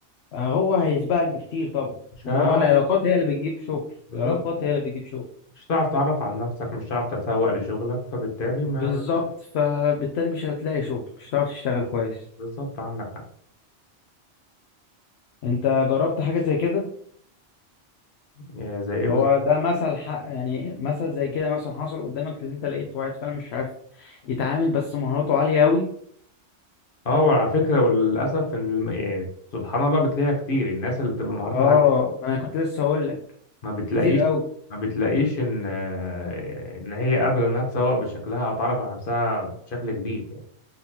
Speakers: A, on the left; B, on the left.
A: هو هيسبقك بكتير طبعا
B: مش
A: لان
B: ه... اه
A: هو العلاقات هي اللي بتجيب شغل
B: بالظبط
A: العلاقات هي اللي بتجيب شغل
B: مش هتعرف تعرف عن نفسك مش هتعرف تتسوق لشغلك فبالتالي ما
A: بالظبط
B: ما-
A: فبالتالي مش هتلاقي شغل مش هتعرف تشتغل كويس
B: بالظبط عندك حق
A: انت جربت حاجة زي كده
B: إيه زي ايه
A: اللي
B: بالظبط
A: هو ده مثل حق يعني مثل زي كده مثلا حصل قدامك ان انت لقيت واحد فعلا مش عارف يتعامل بس مهاراته عالية قوي
B: اه وعلى فكرة وللاسف ان الم... يعني سبحان الله بتلاقيها كتير الناس اللي بتبقى مهاراتها
A: اه انا كنت لسه هقول لك
B: ما بتلاقيش
A: كتير قوي
B: ما بتلاقيش ان آه، ان هي قادره انها تسوق بشكلها او تعرف على نفسها بشكل كبير يعني